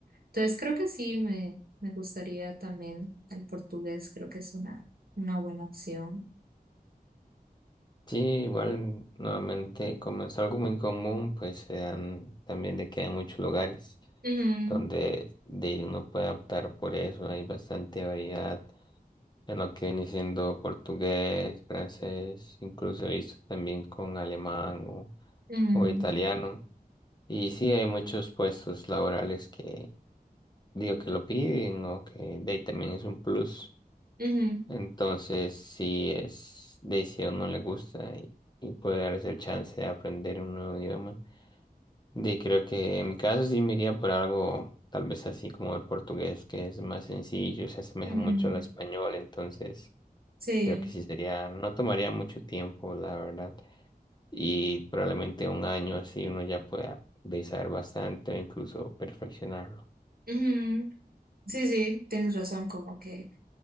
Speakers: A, on the right (about 70°); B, on the left (about 25°).
A: Entonces creo que sí me, me gustaría también el portugués. Creo que es una, una buena opción.
B: Sí, igual nuevamente como es algo muy común, pues se dan también de que hay muchos lugares
A: Ujú,
B: donde de uno puede optar por eso, hay bastante variedad en lo que viene siendo portugués, francés, incluso he visto también con alemán o,
A: ujú,
B: o italiano. Y sí, hay muchos puestos laborales que digo que lo piden o que de ahí también es un plus.
A: ujú,
B: Entonces, sí es de ahí si a uno le gusta y, y puede darse el chance de aprender un nuevo idioma. De creo que en mi caso sí me iría por algo tal vez así como el portugués, que es más sencillo, se asemeja
A: ujú.
B: mucho al español, entonces
A: Sí.
B: Creo que sí sería, no tomaría mucho tiempo, la verdad. Y probablemente un año así uno ya pueda besar bastante o incluso perfeccionarlo.
A: Ujú. Sí, sí, tienes razón, como que